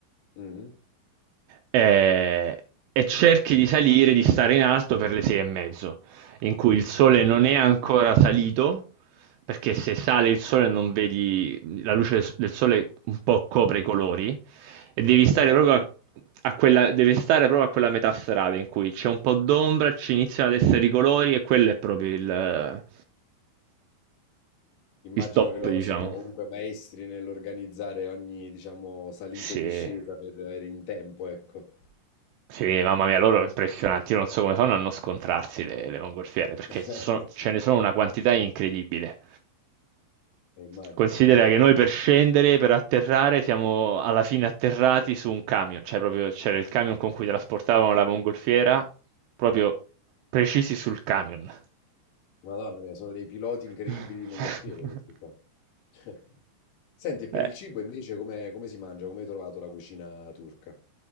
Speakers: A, on the left; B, on the right.
A: Mhm.
B: e, e cerchi di salire, di stare in alto per le sei e mezzo, in cui il sole non è ancora salito, perché se sale il sole non vedi, la luce del- del sole un po' copre i colori, e devi
A: Ok.
B: stare proprio a, a quella, deve stare proprio a quella metà strada in cui c'è un po' d'ombra, ci iniziano ad essere i colori e quello è proprio il,
A: Immagino
B: il top,
A: che loro
B: diciamo.
A: siano comunque maestri nell'organizzare ogni, diciamo, salita
B: Sì.
A: e discesa per avere in tempo, ecco.
B: Sì, mamma mia, loro impressionanti. Io non so come fanno a non scontrarsi le, le mongolfiere, perché
A: <laughs>
B: so- ce ne sono una quantità incredibile.
A: Eh, Immagino.
B: Considera che noi per scendere, per atterrare, siamo alla fine atterrati su un camion, cioè proprio c'era il camion con cui trasportavano la mongolfiera, proprio precisi sul camion.
A: Madonna mia, sono dei piloti incredibili
B: <laughs>
A: di mongolfiere questi qua. <laughs> Senti, e per
B: Eh.
A: il cibo invece come, come si mangia? Come hai trovato la cucina turca?